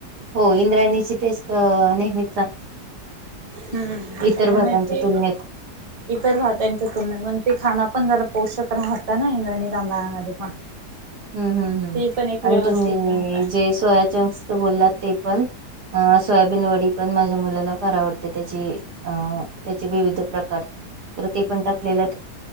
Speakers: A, on the right; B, on the right.
A: हो इंद्रायणीची टेस्ट नेहमी
B: हम्म
A: इतर
B: त्याच्यामुळे
A: भातांच्या
B: ते
A: तुलनेत
B: इतर भात्यांच्या तुलनेत म्ह ते खां पण जरा पोषक राहत ना इंद्रयणी तांदळामध्ये पण
A: हम्म हम्म हम्
B: ते पण एक व्यवस्थित
A: आणि तुम्ही
B: राहता
A: जे सोयाचंक्स बोललात ते पण सोयाबीन वडी पण माझ्या मुलाला फार आवडते. त्याची अ त्याची प्र प्रकार तर ते पण टाकलेला